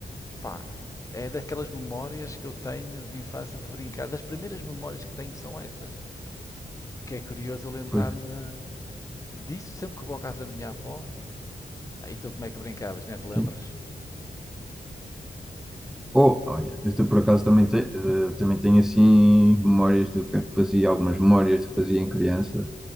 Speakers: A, on the left (about 20°); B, in the centre.
A: pá, é daquelas memórias que eu tenho de infância de brincar, das primeiras memórias que tenho são essas. O que é curioso eu lembrar-me
B: pois,
A: disso sempre que vou à casa da minha avó. Aí tu como é que brincavas, não é? Te lembras?
B: sim. Oh, olha, eu te- por acaso também, te- eh, também tenho assim memórias do que é que fazia, algumas memórias que fazia em criança,